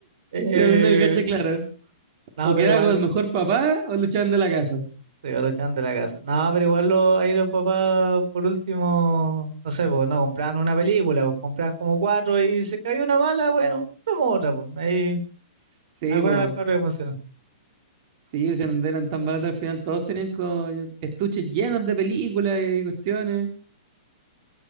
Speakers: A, on the right (about 65°); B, on the right (about 45°).
A: Eh,
B: Quedaba viendo el gacha, claro.
A: no,
B: O
A: pero
B: quedaba
A: igual
B: con el mejor papá o luchaban de la casa.
A: se lo echaban de la casa. No, pero igual lo- ahí los papás, por último, no sé, pues no compraban una película, pues compraban como cuatro y se cayó una mala, bueno, vemos otra, pues. Ahí
B: Sí,
A: Alguna
B: pues,
A: de las cuatro que funcionó.
B: sí, o sea, no eran tan baratas al final, todos tenían co- estuches llenos de películas y cuestiones,